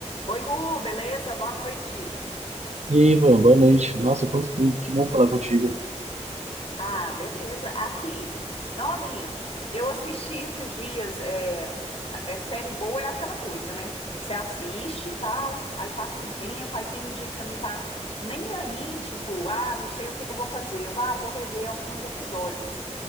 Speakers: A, on the left (about 55°); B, on the right (about 70°).
A: Oi, Gu, beleza? Boa noite.
B: E aí, Ivan, boa noite. Nossa, quanto tempo, que bom falar contigo.
A: Ah, beleza. Aqui. Não, menino, eu assisti esses dias. É, é, série boa é aquela coisa, né? Você assiste e tal, aí passa um tempo, aí tem um dia que você não tá nem aí, tipo, ah, não sei o que que eu vou fazer. Vá, vou rever alguns episódios.